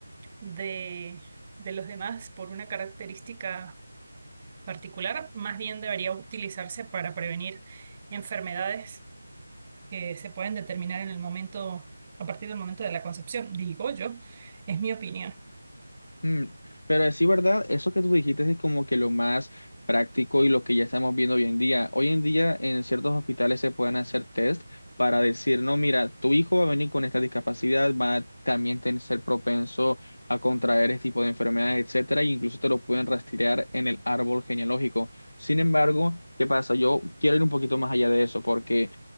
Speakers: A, on the right; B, on the left.
A: de, de los demás por una característica particular, más bien debería utilizarse para prevenir enfermedades que se pueden determinar en el momento, a partir del momento de la concepción, digo yo, es mi opinión.
B: Mm, Pero sí, ¿verdad? Eso que tú dijiste es como que lo más práctico y lo que ya estamos viendo hoy en día. Hoy en día en ciertos hospitales se pueden hacer test para decir, no, mira, tu hijo va a venir con esta discapacidad, va a también tener, ser propenso a contraer este tipo de enfermedades, etcétera, e incluso te lo pueden rastrear en el árbol genealógico. Sin embargo, ¿qué pasa? Yo quiero ir un poquito más allá de eso porque